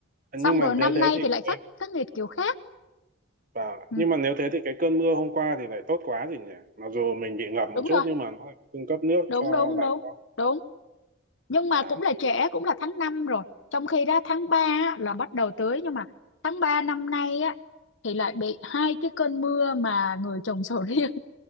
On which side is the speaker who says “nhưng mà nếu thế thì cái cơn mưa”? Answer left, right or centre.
Right